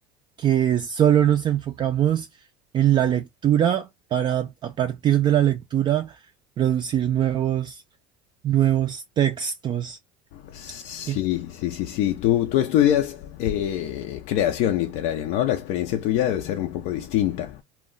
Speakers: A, on the right; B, on the left.
A: que solo nos enfocamos en la lectura para, a partir de la lectura, producir nuevos nuevos textos.
B: Sí,
A: Y
B: sí, sí, sí. Tú, tú estudias eh, creación literaria, ¿no? La experiencia tuya debe ser un poco distinta.